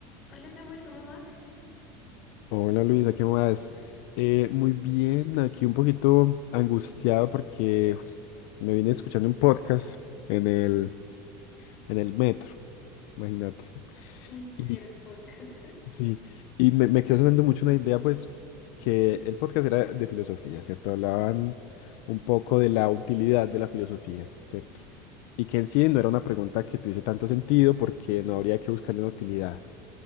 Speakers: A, on the left; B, on the left.
A: Hola Samuel, ¿cómo vas?
B: Hola Luisa, ¿qué más? Eh, muy bien, aquí un poquito angustiado porque uf, me vine escuchando un podcast en el, en el metro, imagínate.
A: Y
B: Y
A: que era el podcast. <laughs>
B: sí, y me, me quedó sonando mucho una idea, pues, que el podcast era de filosofía, ¿cierto? Hablaban un poco de la utilidad de la filosofía, ¿cierto? Y que en sí no era una pregunta que tuviese tanto sentido porque no habría que buscarle una utilidad.